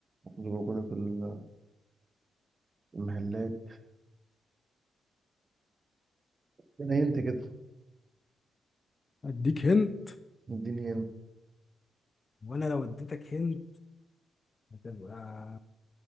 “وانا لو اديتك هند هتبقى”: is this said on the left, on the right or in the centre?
Left